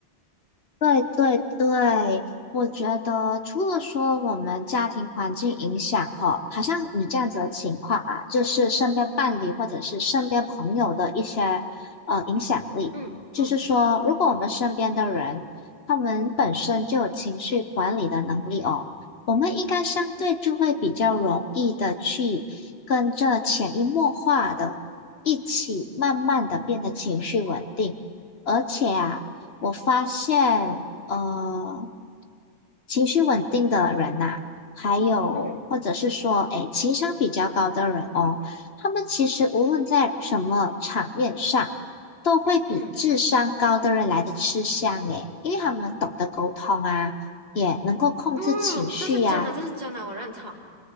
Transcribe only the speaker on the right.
嗯
嗯嗯
嗯
嗯
嗯，这是真的，这是真的，我认同。